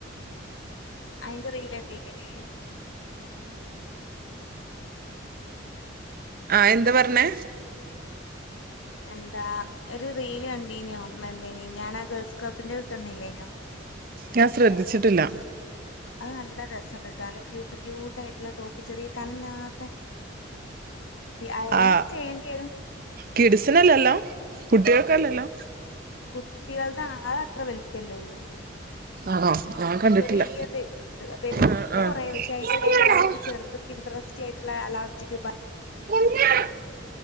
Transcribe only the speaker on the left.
അയിന്റെ റീല് കണ്ടീല്ലേനിയ്യ്
എന്താ ഒരു റീല് കണ്ടീനോ എന്തേനി ഞാനാ ഗേൾസ് ക്ലബ്ബിന്റെ വിട്ടന്നീ ല്ലേനോ
അത് നല്ല രസണ്ട്ട്ടോ നല്ല ക്യൂട്ട് ക്യൂട്ടാ യിട്ടുള്ള ടോപ്പ് ചെറിയ കനല്ലാത്ത അയേണൊക്കെ
ചെയ്യണ്ടി വരും
കുട്ടിയേൾതാ അത്‌ അത്ര വല് പ്പല്ലള്ളൂ
ചെറിയത് ഇത് വലുത്ണ്ട്
കൊറേ പക്ഷെ അ- തിന്റെടയിൽ ഇടക്ക് ചേർന്ന് പിന്ട്രെസ്റ്റ് ആയിട്ടുള്ള അലാസ്റ്റിക് ബ -